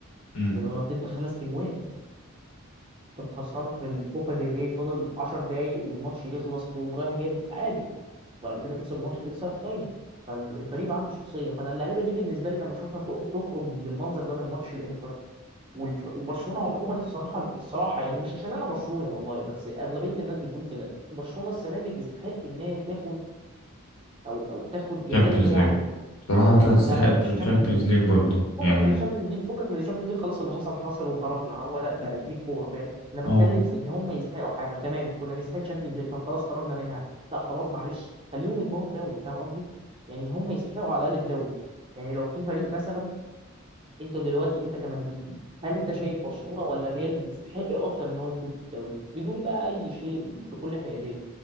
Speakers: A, on the left (about 70°); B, on the right (about 25°).
A: مم.
B: رديت بخمس تجوان كان خسران في الكوبا ديل ري فاضل 10 دقايق والماتش يخلص تقوم رايح جايب التعادل وبعد كده تكسب الماتش الاكسترا تايم فالفريق بقى عنده شخصيه فانا اللعيبه دي بالنسبه لي لما اشوفها تق- تخرج بالمنظر ده من ماتش الانتر والف... وبرشلونه عموما الصراحه الصراحه يعني مش عشان انا برشلوني والله بس اغلبيه الناس بتقول كده برشلونه السنه دي تستحق ان هي تاخد او او تاخد جزاء
A: شامبيونز
B: اللي هي عملته
A: ليج بصراحة تستحق
B: لا لا مش
A: الشامبيونز
B: تشامبيونز ليج
A: ليج برضو
B: فكك
A: يعني
B: من الشامبيونز ليج فكك من الشامبيونز ليج خلاص اللي حصل حصل وخرجنا هو لا ده دي كوره فاهم انا بتكلم
A: اه
B: في ان هم يستحقوا حاجه تمام كنا نستحق الشامبيونز ليج طب خلاص خرجنا منها لا خلاص معلش خليهم يضمنوا الدوري فاهم قصدي يعني هم يستحقوا على الاقل الدوري يعني لو في فريق مثلا انت دلوقتي انت كمدريدي هل انت شايف برشلونه ولا الريال يستحق اكتر ان هو يفوز بالدوري بدون بقى اي شيء بكل حياديه